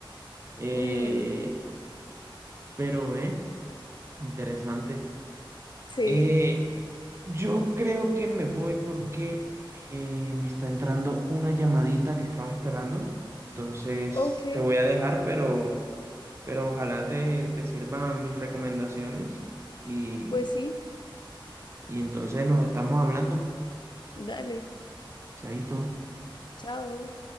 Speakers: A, on the right (about 30°); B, on the left (about 60°).
A: Eh,
B: Ujú,
A: pero, eh, interesante.
B: Sí.
A: Eh, yo creo que me voy porque eh, me está entrando una llamadita que estaba esperando. Entonces,
B: Ok,
A: te voy a dejar, pero, pero ojalá te, te sirvan mis recomendaciones. Y,
B: pues sí.
A: y entonces nos estamos hablando.
B: Dale.
A: Chaito.
B: Chao.